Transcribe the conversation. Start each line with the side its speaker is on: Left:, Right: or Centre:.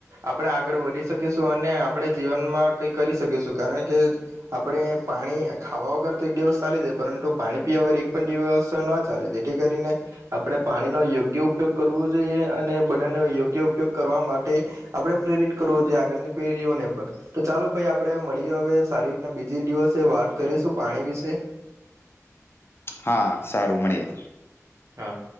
Right: આપણે આગળ વધી શકીશું અને આપણે જીવનમાં કઈ કરી શકીશું કારણ કે આપણે પાણી ખાવા વગર તો એક દિવસ ચાલી જાય પરંતુ પાણી પીવા વગર એક પણ દિવસ ન ચાલે દે જેથી કરીને આપણે પાણીનો યોગ્ય ઉપયોગ કરવો જોઈએ અને બધાનો યોગ્ય ઉપયોગ કરવા માટે આપણે પ્રેરિત કરવો જોઈએ આગળની પેઢીઓને પણ તો ચાલો ભાઈ આપણે મળીએ હવે સારી રીતના બીજ દિવસે વાત કરીશું પાણી વિશે.
Left: હા સારું મળીએ.
Right: હા.